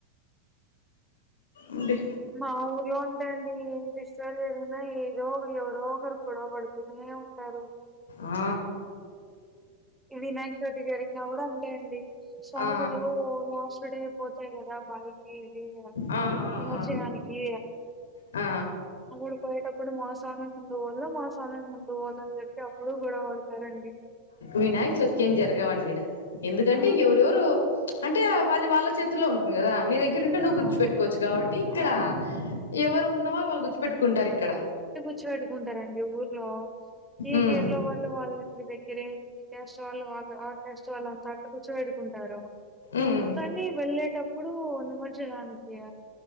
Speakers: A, on the left; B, in the centre.
A: అండి
B: మా ఊర్లో ఉంతె అండి ఏం ఫెస్టివల్ జరిగిన ఏదో ఎవరో ఒకరు గోడవపడుతునే ఉ టారు
A: ఆ
B: వినాయ చవితి జరిగినా కూడా అంతే అండి స్వాములు
A: ఆ
B: లాస్ట్ డే పోతాయి కదా బైకి ఇది
A: ఆ ఆ
B: నిమజ్జనానికి
A: ఆ
B: అముడు పోయేటప్పుడు మా స్వామి ముందు పోళ్ళ మా స్వామి ముందు పోళ్ళ అని చెప్పి అప్పుడు గొడవ పడతారండి
A: వినాయక చవితికి ఏం జరగవండి ఇడ ఎందుకంటే
B: ఆ!
A: ఎవరెవరు అంటే అది వాళ్ళ చేతుల్లో ఉంటుంది కదా నీ దగ్గర ఉంటే నువ్వు
B: ఆ!
A: గుర్చుపెట్కోవచ్చు కాబట్టి ఇక్కడ
B: ఆ!
A: ఎవరు ఉన్న వాళ్ళు వాళ్ళు గుర్చుపెట్టుకుంటారు ఇక్కడ
B: కూర్చు పెట్టుకుంటారండి ఊర్లో ఏ
A: ఉమ్
B: గేర్లో వాళ్ళు వాళ్ళంటి దగ్గరే కాస్ట్ వాళ్ళు వాళ్ళ ఆ కాస్ట్ వాళ్ళంతా అక్కడ కూర్చిపెట్కుంటారు
A: ఉమ్
B: కానీ వెళ్ళేటప్పుడు ఉందు నిమర్జరానికియ